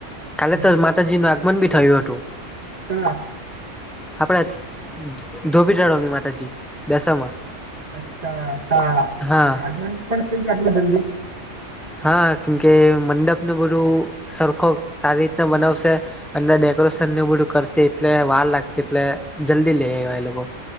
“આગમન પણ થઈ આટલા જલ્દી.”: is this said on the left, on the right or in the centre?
Right